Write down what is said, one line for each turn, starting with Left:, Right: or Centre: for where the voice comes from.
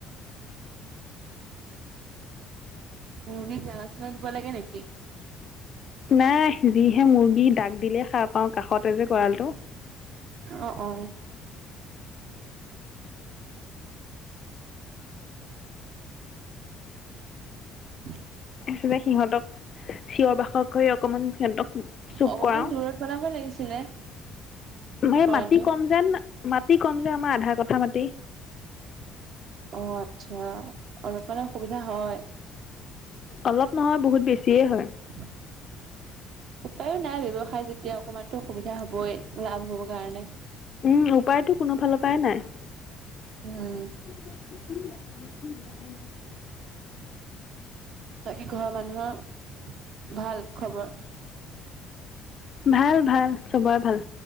Right: মূগীক দান চানা দিব লাগে নেকি?
Left: নাই যিহে মুৰ্গী দাগ দিলেই খাৰ পাওঁ, কাষতে যে গঁড়লটো।
Right: অ' অ'। <unintelligible>
Left: চবে সিহঁতক চিঞৰ বাসৰ কৰি অকমান সিহঁতক। চুপ
Right: অকমান
Left: কৰাও
Right: দূৰত বনাব লাগিছিলে।
Left: ম
Right: গঁৰালটো
Left: মাটি কম যেন মাটি কম যেন আমাৰ আধা কথা মাটি
Right: অ, আচ্ছা অলপ মানে অসুবিধা হয়।
Left: অলপ নহয় বহুত বেছিয়ে হয়।
Right: উম, উপায়ো নাই ব্যৱসায় যেতিয়া অকমানতো অসুবিধা হবই লাভ হ'ব কাৰণে।
Left: উম, উপায়তো কোনো ফালৰ পৰাই নাই।
Right: উম,
Left: উম,
Right: বাকী ঘৰৰ মানুহৰ ভাল খবৰ।
Left: ভাল - ভাল চবৰে ভাল